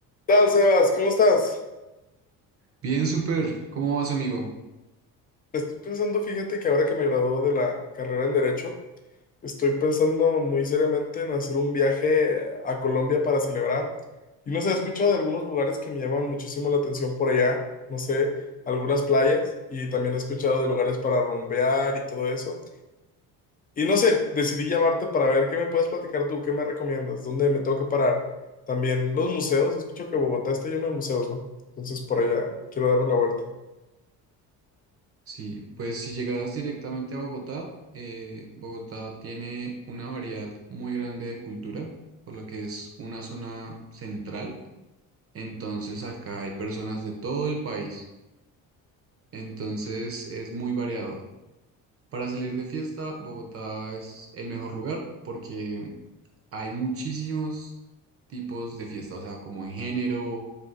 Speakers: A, on the left; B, on the right.
A: ¿Qué tal, Sebas? ¿Cómo estás?
B: Bien, súper. ¿Cómo vas, amigo?
A: Estoy pensando, fíjate que ahora que me graduó de la carrera en Derecho, estoy pensando muy seriamente en hacer un viaje a Colombia para celebrar. Y no sé, he escuchado de algunos lugares que me llaman muchísimo la atención por allá, no sé, algunas playas, y también he escuchado de lugares para rumbear y todo eso. Y no sé, decidí llamarte para ver qué me puedes platicar tú, qué me recomiendas, dónde me tengo que parar. También los museos, escucho que Bogotá está lleno de museos, ¿no? Entonces por allá quiero darme la vuelta.
B: Sí, pues si llegas directamente a Bogotá, eh, Bogotá tiene una variedad muy grande de cultura, por lo que es una zona central. Entonces acá hay personas de todo el país. Entonces es muy variado. Para salir de fiesta, Bogotá es el mejor lugar porque hay muchísimos tipos de fiesta, o sea, como en género,